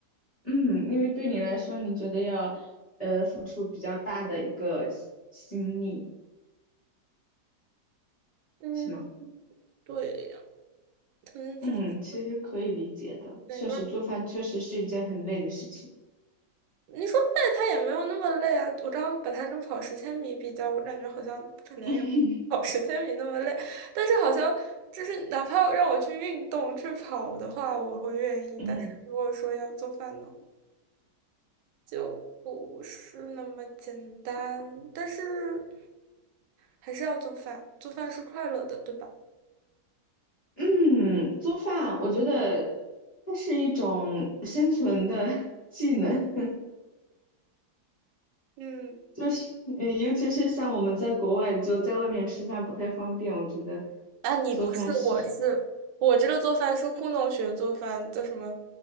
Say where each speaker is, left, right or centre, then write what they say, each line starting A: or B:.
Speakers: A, on the left; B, on the right.
A: 嗯，因为对你来说，你觉得要呃付出比较大的一个心心力，
B: 嗯，
A: 是吗？
B: 对呀，可能这就是
A: 嗯，其实可以理解的，
B: 哪边儿。
A: 确实做饭确实是一件很累的事情。
B: 你说累，他也没有那么累啊。我刚刚把他跟跑十千米比较，我感觉好像不可能有
A: <laughs>
B: <laughs> 跑十千米那么累。但是好像就是哪怕让我去运动去跑的话，我会愿意。
A: 嗯。
B: 但是如果说要做饭的话，就不是那么简单。但是还是要做饭，做饭是快乐的，对吧？
A: 嗯，做饭我觉得它是一种生存的 <laughs> 技能，<laughs>
B: 嗯。
A: 就是呃，尤其是像我们在国外就在外面吃饭不太方便，我觉得
B: 啊，你不是，
A: 做饭是，
B: 我是我这个做饭是糊弄学做饭，叫什么？